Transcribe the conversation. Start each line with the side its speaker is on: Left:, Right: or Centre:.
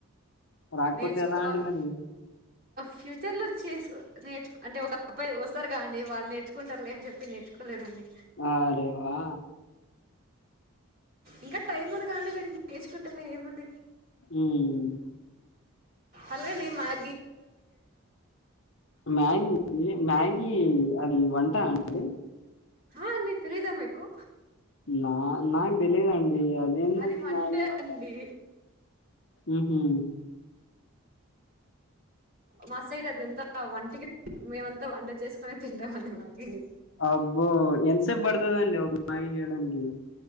Left: రాకపోతే
Right: నేర్చుకోవాలి
Left: ఎలా అండి మరి
Right: ఫ్యూచర్లో చే నేర్చు అంటే ఒక అబ్బాయి వస్తారుగా అండి వాళ్ళు నేర్చుకుంటారు లే అని చెప్పి నేర్చుకోలేదండి
Left: వా రే వా
Right: ఇంకా టైం ఉంది కాండదండి నేర్చుకుంటేనే ఏముంది
Left: మ్మ్.
Right: అలా ని ఆ
Left: మ్యాగీ మ్యాగీ అది వన్ వంట అండి
Right: హా అండి తెలిదా మీకు
Left: నా నా తెలీదండి అదేందండి
Right: అది వంటే
Left: మ్యాగి వంట
Right: అండి
Left: మ్హూ.
Right: మా సైడ్ అదింతా వంటకి మేమంతా వంట చేసుకునే తింటామని మ్యాగీ నీ
Left: అబ్బో ఎంతసేపు పడుతుందండి ఒక మాయి చేయడానికి